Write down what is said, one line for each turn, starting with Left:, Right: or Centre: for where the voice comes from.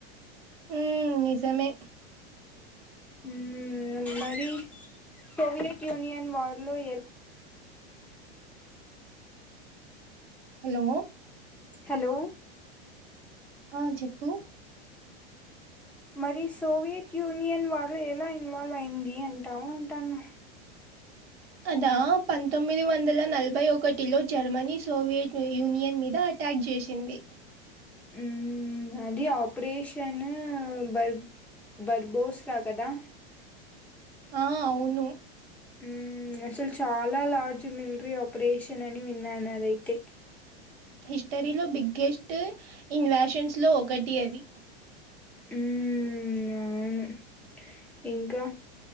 Right: ఉ నిజమే
Centre: హ్మ్ మరి సోవియట్ యూనియన్ వారిలో ఎ
Right: హలో
Centre: హలో
Right: ఆ చెప్పు
Centre: మరి సోవియట్ యూనియన్ వర్లో ఎలా ఇన్వాల్వ్ అయింది అంటావు అంటాను
Right: అదా పంతొమ్మిది వందల నలభై ఒకటిలో జర్మనీ సోవియట్ యూనియన్ మీద అటాక్ చేసింది
Centre: ఉ అది ఆపరేషన్ బర్ బర్బోస్రా కదా
Right: ఆ అవును
Centre: హ్మ్ అస్సల్ చాలా లార్జ్ మిలిటరీ ఆపరేషన్ అని విన్నాను అదైతే
Right: హిస్టరీలో బిగ్గెస్ట్ ఇన్వేషన్స్ లో ఒకటి అది
Centre: ఉ అవును ఇంకా